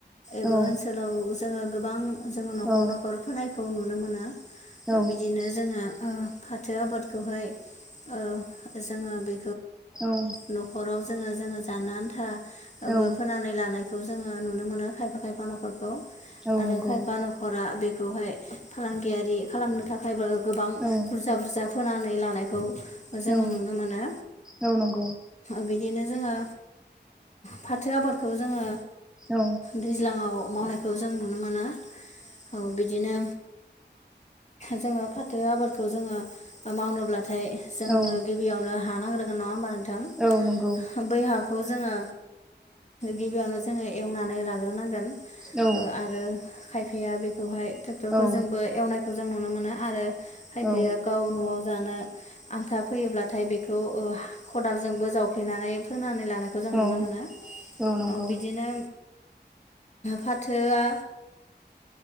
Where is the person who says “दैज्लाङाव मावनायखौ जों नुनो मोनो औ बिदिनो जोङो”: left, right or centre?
Left